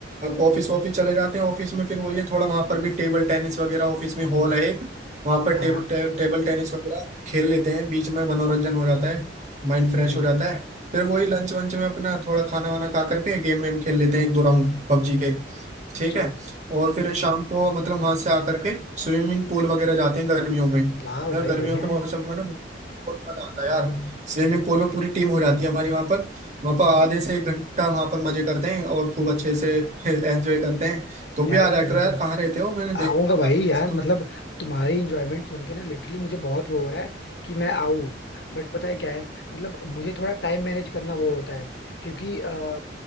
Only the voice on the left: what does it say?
हाँ
हम्म
अच्छा
वाह भाई
बढ़िया
है
यार
तुम
तो
आऊंगा
भाई
यार
मतलब तुम्हारी इंजॉयमेंट सुन के ना लिटरली मुझे बहुत वो हो रहा है कि मैं आऊं बट पता है क्या है मतलब मुझे थोड़ा टाइम मैनेज करना वो होता है क्योंकि आ,